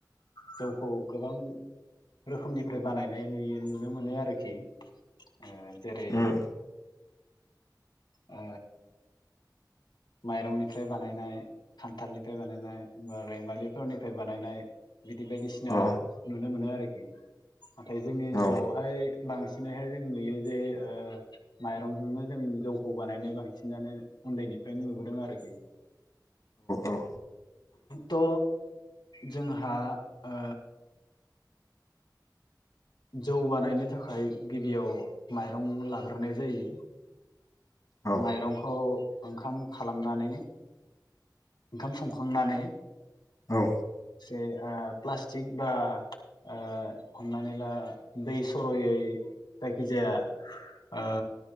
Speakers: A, on the left; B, on the left.
A: जौखौ गोबां रोखोमनिफ्राय बानायनाय नुयो नुनो मोनो आरोखि ओ जेरै
B: उम
A: ओ माइरंनिफ्राय बानायनाय खान्थालनिफ्राय बानायनाय बा रैमालिफोरनिफ्राय बानायनाय बिदि बायदिसिना
B: औ
A: नुनो मोनो आरोखि नाथाय जोंनि ओनसोलावहाय
B: औ
A: बांसिनैहाय जों नुयो जे ओ माइरंजोंनो जों जौखौ बानायनाय बांसिनानो उन्दैनि फ्रायनो नुबोदों आरोखि
B: औ
A: त' जोंहा ओ जौ बानायनो थाखाय गिबियाव माइरं लाग्रोनाय जायो
B: औ
A: माइरंखौ ओंखाम खालामनानै ओंखाम संखांनानै
B: औ
A: से ओ प्लास्टिक बा ओ हमनानै ला दै सर'यै जायखिजाया ओ